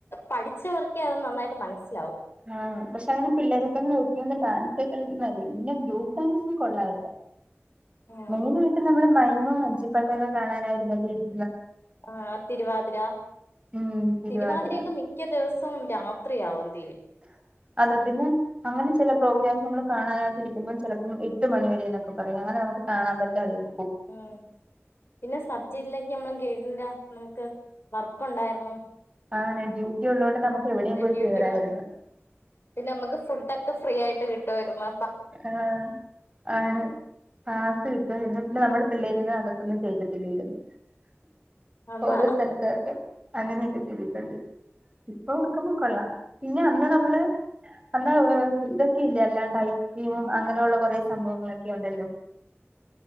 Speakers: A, on the left; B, on the right.
A: പഠിച്ചവർക്കെ അത് നന്നായിട്ട് മനസ്സിലാവും
B: ആ പക്ഷെ അങ്ങനെ പിള്ളേരൊക്കെ അങ്ങനെ ഒരുങ്ങി ഡാൻസ് കളിക്കുന്നും പിന്നെ ഗ്രൂപ്പ് ഡാൻസും കൊള്ളാര്ന്ന
A: ആഹ്
B: മെയിന ആയിട്ട് നമ്മള് മൈമും മഞ്ചിപ്പാട്ടൊക്കെ കാണാനായിരുന്നല്ലേ ഇ
A: ആ തിരുവാതിര
B: ഉം തിരുവാതിര
A: തിരുവാതിരയൊക്ക മിക്ക ദിവസവും രാത്രിയാവുന്നു
B: അതെ പിന്നെ അങ്ങനെ ചില പ്രോഗ്രാം നമ്മൾ കാണാനായിട്ട് ഇരിക്കുമ്പ ചിലപ്പം എട്ട് മണി വരെന്നൊക്കെ പറയും അങ്ങനെ നമുക്ക് <unintelligible>
A: ഉം പിന്നെ സബ്ജില്ലക്കെ നമ്മള ഗൈടിന്റ നമുക്ക് വർക്കുണ്ടായിരുന്നു
B: ആ ഡ്യൂട്ടി ഉള്ളോണ്ട് നമുക്ക് എവിടെയും പോയി
A: ഡ്യൂട്ടി
B: കേറായിരുന്നു
A: ആണ് പിന്നെ നമുക്ക് ഫുഡക്കെ ഫ്രീ ആയിട്ട് കിട്ടുവായിരുന്ന്
B: ആ ആണ് ആ സീത്ത പിന്നെ നമ്മൾ പിള്ളേരിനെ അകത്തൊന്നും കേറ്റത്തില്ലേയിരുന്നു
A: അതാ
B: ഓരോ സ്ഥലത്തൊക്കെ അങ്ങനെയൊക്കെ ചെയ്തിട്ടുണ്ട് ഇപ്പൊ ഓർക്കുമ്പ കൊള്ളാം പിന്നെ അന്ന് നമ്മള് അന്ന് ഇതൊക്കെ ഇല്ല അല്ലാണ്ട ടീമും അങ്ങനെയുള്ള കുറെ സംഭവങ്ങളൊക്കെ ഉണ്ടല്ലോ